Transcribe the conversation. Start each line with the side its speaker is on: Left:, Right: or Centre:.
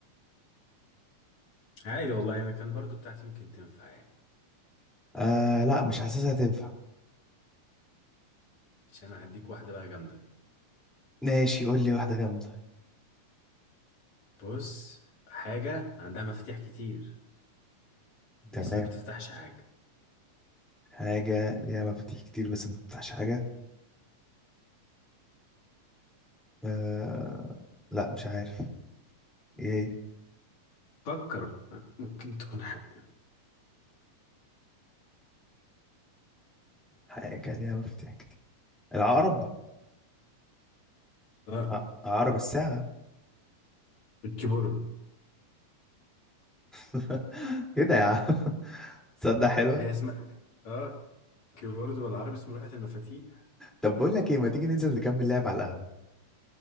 Left: عادي والله انا كان برضو بتاعتي ممكن تنفع يعني
Centre: آه لا مش حاسسها تنفع
Left: مش انا هديك واحدة بقى جامدة
Centre: ماشي قول لي واحدة جامدة
Left: بص حاجة عندها مفاتيح كتير بس
Centre: تمام
Left: ما بتفتحش حاجة
Centre: حاجة ليها مفاتيح كتير بس ما بتفتحش حاجة آه لا مش عارف ايه هي؟
Left: فكر ممكن تكون حاجة
Centre: حاجة ليها مفاتيح كتير العقرب
Left: اه
Centre: آه، عقرب الساعة
Left: الكيبورد
Centre: <laughs> ايه ده يا عم تصدق حلوة
Left: هي اسمها اه كيبورد بالعربي اسمه لوحة المفاتيح
Centre: طب بقول لك ايه ما تيجي ننزل نكمل لعب على القهوة